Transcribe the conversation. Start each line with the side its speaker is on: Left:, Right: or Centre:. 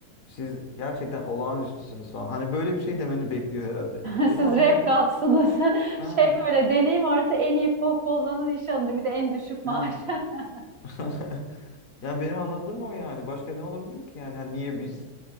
Left: Siz gerçekten olağanüstüsünüz falan. Hani böyle bir şey demeni bekliyor herhalde.
Right: <laughs>
Left: Benim
Right: Siz
Left: anladığım...
Right: rap katsınız. <laughs>
Left: Ha,
Right: Şey böyle deneyim artı en iyi pop olanın iş alınca bir de en düşük
Left: he.
Right: maaş. <laughs>
Left: <laughs> Yani benim anladığım o yani. Başka ne olabilir ki yani? Hani niye biz?